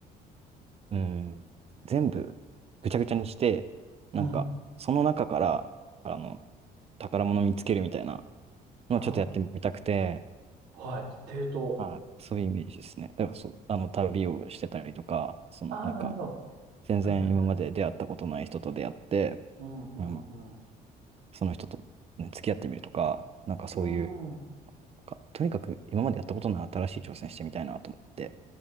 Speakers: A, on the right; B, on the right.
A: うん、全部ぐちゃぐちゃにして、なんか、
B: い。うん。
A: その中から、あの、宝物見つけるみたいなのをちょっとやってみたくて、
B: ああ、はい。抵当。
A: はい、そういうイメージですね。だからそう、あの、旅をしてたりとか、その、
B: ああ、
A: なんか、
B: なるほど。
A: 全然今まで出会ったことない人と出会って、
B: はいはいはい。うんうんう
A: あの、その人と、ね、付き合ってみるとか、なんかそういう、
B: ん。う
A: か、とにかく今までやったことのない新しい挑戦してみたいなと思って。